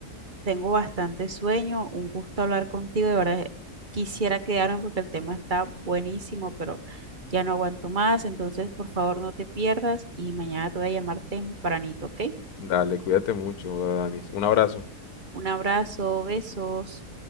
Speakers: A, on the right (about 35°); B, on the left (about 70°).
A: Tengo bastante sueño, un gusto hablar contigo, de verdad quisiera quedarme porque el tema está buenísimo, pero ya no aguanto más, entonces por favor no te pierdas y mañana te voy a llamar tempranito, ¿ok?
B: Dale, cuídate mucho, Danis. Un abrazo.
A: Un abrazo, besos.